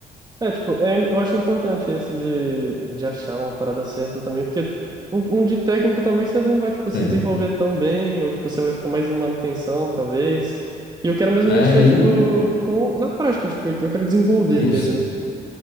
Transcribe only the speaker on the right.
É, tipo, é, eu acho importante isso de, de achar uma parada certa também, porque um, um de técnico talvez você não vai, tipo,
se desenvolver tão bem, ou, tipo, você vai ficar mais em manutenção, talvez. E eu quero mesmo
mexer,
tipo,
com, na prática, tipo, eu quero desenvolver
mesmo.